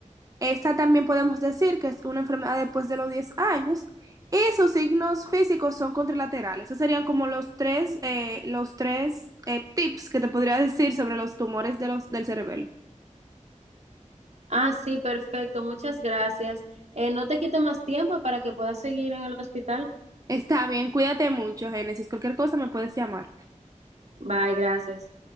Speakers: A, on the right; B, on the right.
A: Esta también podemos decir que es una enfermedad después de los 10 años y sus signos físicos son contralaterales. Esos serían como los tres, eh, los tres eh, tips que te podría decir sobre los tumores de los, del cerebelo.
B: Ah, sí, perfecto. Muchas gracias. Eh, no te quito más tiempo para que puedas seguir en el hospital.
A: Está bien, cuídate mucho, Génesis. Cualquier cosa me puedes llamar.
B: Bye, gracias.